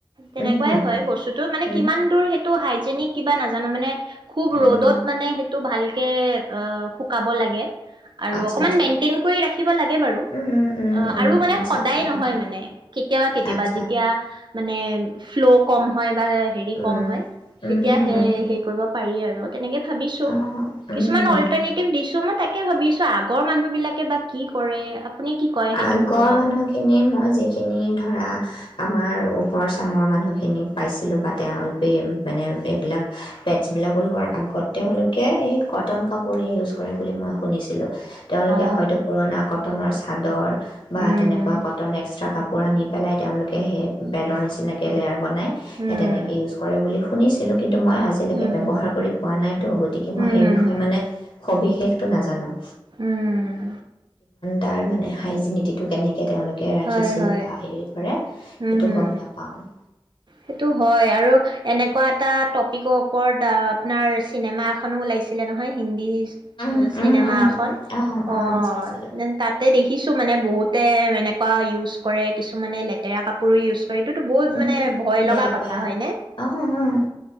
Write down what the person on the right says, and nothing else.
তেনেকুৱাই
হয়
বস্তুতটো মানে
কিমান দূৰ সেইটো হাইজেনিক কিবা নাজানো মানে খুব
ৰ'দত মানে সেইটো ভাল। কে শুকাব লাগে। আৰু
অকনমান
<unintelligible> <unintelligible> কৰি ৰাখিব লাগে বাৰু
আৰু মানে
সদায়
নহয় মানে কেতিয়াবা কেতিয়াবা
যেতিয়া মানে ফ্ল' কম হয়। বা হেৰি
কম হয়
তেতিয়া
সেই
হে কৰিব পাৰি আৰু তেনেকে ভাবিছো,
কিছুমান অল্টাৰনেটিভ
দিছো মই তাকেই তাকেই ভাবিছো আগৰ মানুহবিলাক বা কি কৰে। আপুনি কি কয় সেইটোৰ
ওপৰত
অ
উম
উম
উম
উম উম
উম
উম
হয় হয়
উম হম
সেইটো হয় আৰু এনেকুৱাত এটা ট'পিকৰ ওপৰত আপোনাৰ চিনেমা এখনো ওলাইছ <unintelligible> নহয় এহ হিন্দী
চিনেমা
এখন,
অ',
তাতে দেখিছোঁ মানে বহুত তে এনেকুৱা ইউজ কৰে, কিছুমানে লেতেৰা কাপোৰো ইউজ এইটোতো বহুত
মানে
লগা কথা
হয়নে